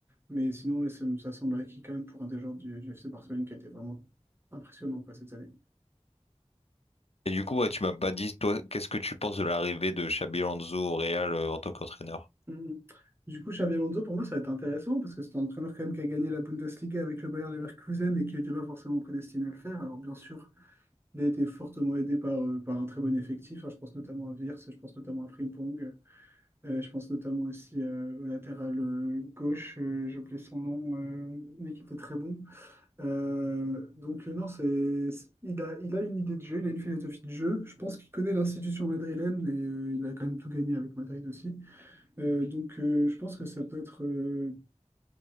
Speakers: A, on the right (about 20°); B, on the left (about 60°).
A: Mais sinon, ouais, ça, me- ça semble acquis quand même pour un des joueurs du, du FC Barcelone qui a été vraiment impressionnant quoi, cette année.
B: Et du coup, ouais, tu m'as pas dit, toi, qu'est-ce que tu penses de l'arrivée de Xabi Alonso au Real euh, en tant qu'entraîneur?
A: Mhm. Du coup, Xabi Alonso, pour moi, ça va être intéressant parce que c'est un entraîneur quand même qui a gagné la Bundesliga avec le Bayer Leverkusen et qui n'était pas forcément prédestiné à le faire. Alors bien sûr, il a été fortement aidé par, euh, par un très bon effectif. Hein, je pense notamment à Wirtz, je pense notamment à Frimpong. Euh, je pense notamment aussi euh, au latéral euh, gauche, euh, j'ai oublié son nom, euh, mais qui était très bon. Euh, donc euh, non, c'est, c'est- il a, il a une idée de jeu, il a une philosophie de jeu. Je pense qu'il connaît l'institution madrilène et euh, il a quand même tout gagné avec Madrid aussi. Euh, donc euh, je pense que ça peut être, euh,